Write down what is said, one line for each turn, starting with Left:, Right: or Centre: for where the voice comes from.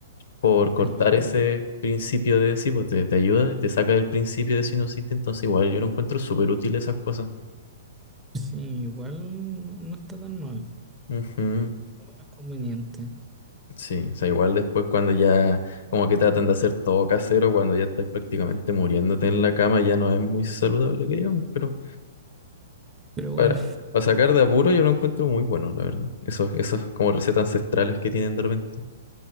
Left: por cortar
Right: Ayudando.
Left: ese principio de, sí, pues te, te ayuda, te saca del principio de sinusitis, entonces igual yo lo encuentro súper útil esas cosas.
Right: Sí, igual no, no está tan mal,
Left: Ujú.
Right: lo menos conveniente.
Left: Sí, o sea, igual después cuando ya como que tratan de hacer todo casero, cuando ya estás prácticamente muriéndote en la cama, ya no es muy saludable que digamos, pero
Right: Pero bueno.
Left: para, para sacar de apuro yo lo encuentro muy bueno, la verdad. Esos, esos como recetas ancestrales que tienen de repente.